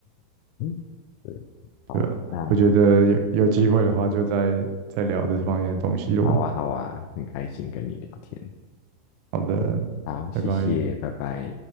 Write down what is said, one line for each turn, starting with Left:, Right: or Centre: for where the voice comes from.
Left: 嗯对，
Right: <laughs>
Left: 好，
Right: 对啊，
Left: 那
Right: 我觉得有有机会的话就再再聊这方面的东西咯。
Left: 好啊，好啊，很开心跟你聊天。
Right: 好的，
Left: 好，谢谢，
Right: 拜拜。
Left: 拜拜。